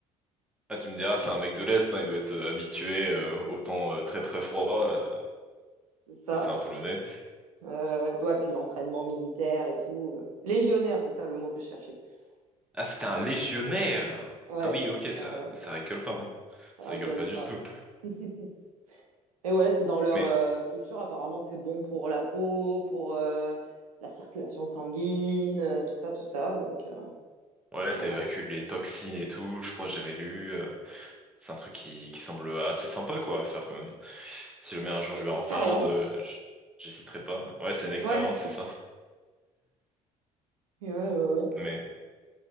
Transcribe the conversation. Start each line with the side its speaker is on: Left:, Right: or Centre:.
Centre: Ah, tu me diras, c'est un mec de l'Est, hein, il doit être euh, habitué euh, au temps euh, très très froid. euh,
Right: Ça.
Centre: si c'est un Polonais.
Right: Ouais, ouais, ouais, puis l'entraînement militaire et tout. euh. Légionnaire, c'est ça le mot que je cherchais.
Centre: Ah, c'était
Right: Ouais,
Centre: un légionnaire.
Right: ouais,
Centre: Ah oui, ok,
Right: ouais,
Centre: ça,
Right: ouais,
Centre: ça rigole pas, hein.
Right: ça
Centre: Ça
Right: rigole
Centre: rigole pas
Right: pas.
Centre: du tout.
Right: <laughs> Et ouais, c'est dans leur
Centre: Mais
Right: euh, culture, apparemment, c'est bon pour la peau, pour euh, la circulation sanguine, euh, tout ça, tout ça. Donc euh,
Centre: voilà,
Right: voilà,
Centre: ça évacue les toxines et tout. Je crois que j'avais lu. euh, c'est un truc qui, qui semble assez sympa, quoi, à faire quand même. Si jamais un jour
Right: c'est
Centre: je
Right: une
Centre: vais
Right: expérience.
Centre: en Finlande, euh, j- j'hésiterai pas. Ouais, c'est une expérience,
Right: Ouais,
Centre: c'est ça.
Right: ouais, ouais, ouais.
Centre: Mais